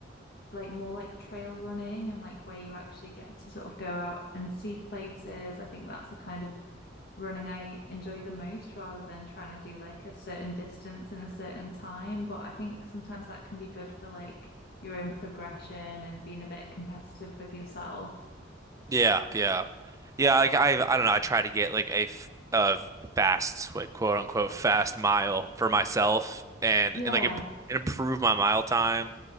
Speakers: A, on the left (about 55°); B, on the right (about 15°).
A: like more like trail running and like where you actually get to sort of go out and see places. I think that's the kind of running I enjoy the most rather than trying to do like a certain distance in a certain time. But I think sometimes that can be good for like your own progression and being a bit competitive with yourself.
B: Yeah, yeah, yeah. Like I, I don't know. I try to get like a f- a fast, like quote unquote, fast mile for myself,
A: Mm,
B: and
A: Yeah.
B: and like imp and improve my mile time.